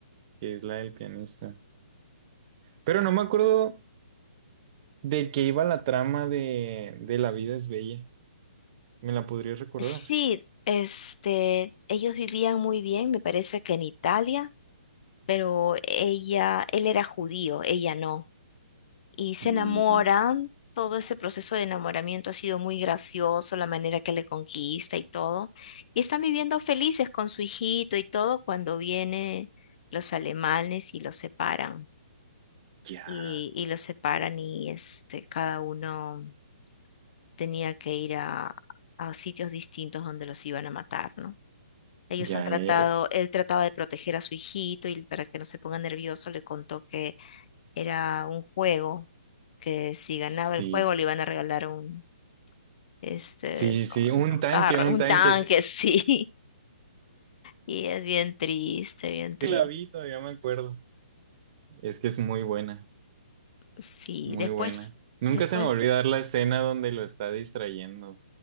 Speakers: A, on the right (about 35°); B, on the left (about 50°).
A: que es la del pianista. Pero no
B: <laughs>
A: me acuerdo de qué iba la trama de, de La vida es bella. ¿Me la podrías recordar?
B: Sí, este, ellos vivían muy bien, me parece que en Italia, pero ella, él era judío, ella no. Y se
A: Mm,
B: enamoran, todo ese proceso de enamoramiento ha sido muy gracioso, la manera que le conquista y todo. Y están viviendo felices con su hijito y todo cuando vienen los alemanes y los separan.
A: ya,
B: Y, y los separan y este, cada uno tenía que ir a, a sitios distintos donde los iban a matar, ¿no? Ellos
A: ya,
B: han tratado,
A: ya, ya.
B: él trataba de proteger a su hijito y para que no se ponga nervioso le contó que era un juego, que si ganaba
A: Sí,
B: el juego le iban a regalar un, este,
A: sí, sí,
B: como
A: un
B: esos
A: tanque,
B: carros,
A: un
B: un
A: tanque,
B: tanque,
A: sí
B: sí. <laughs> Y es bien triste, bien triste.
A: la vi, todavía me acuerdo. Es que es muy buena,
B: Sí,
A: muy
B: después,
A: buena. Nunca
B: después,
A: se me va a olvidar la escena donde lo está distrayendo,